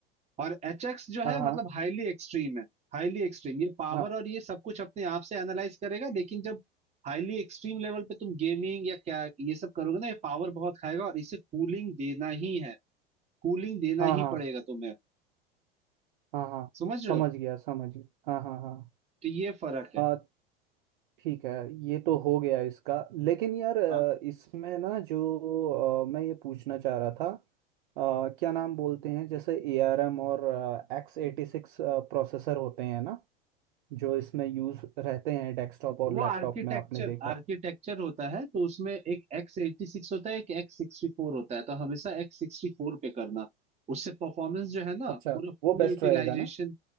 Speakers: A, on the right (about 20°); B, on the right (about 55°).
A: और एच एक्स जो है
B: हाँ हाँ
A: मतलब हाईली एक्सट्रीम है हाईली एक्सट्रीम ये पावर
B: हाँ
A: और ये सब कुछ अपने आप से एनालाइज करेगा लेकिन जब हाईली एक्सट्रीम लेवल पे तुम गेमिंग या क्या ये सब करोगे ना ये पावर बहुत खाएगा और इसे कूलिंग देना ही है कूलिंग देना
B: हाँ हाँ
A: ही पड़ेगा तुम्हें
B: हाँ हाँ
A: समझ रहे
B: समझ
A: हो
B: गया समझ गया हाँ हाँ हाँ
A: तो ये फर्क है
B: अ, ठीक है ये तो हो गया इसका लेकिन यार अ,
A: हाँ
B: इसमें ना जो अ, मैं ये पूछना चाह रहा था अ, क्या नाम बोलते हैं जैसे ए आर एम और एक्स एटी सिक्स प्रोसेसर होते हैं ना जो इसमें यूज़ रहते हैं डेस्कटॉप और
A: वो
B: लैपटॉप
A: आर्किटेक्चर
B: में आपने देखा
A: आर्किटेक्चर होता है तो उसमें एक एक्स एटी सिक्स होता है एक एक्स सिक्सटी फोर होता है तो हमेशा एक्स सिक्सटी फोर पे करना उससे परफॉर्मेंस जो है ना
B: अच्छा
A: पूरा फुल
B: वो बेस्ट
A: यूटिलाइजेशन
B: रहेगा ना